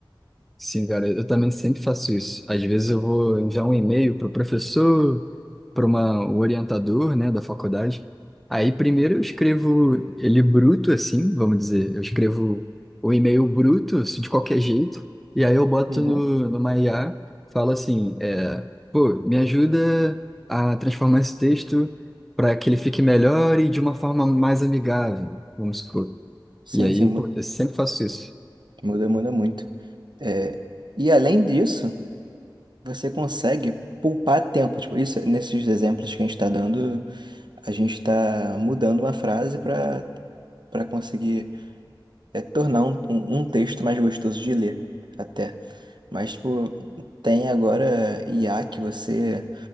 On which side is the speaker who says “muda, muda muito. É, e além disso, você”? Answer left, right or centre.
Right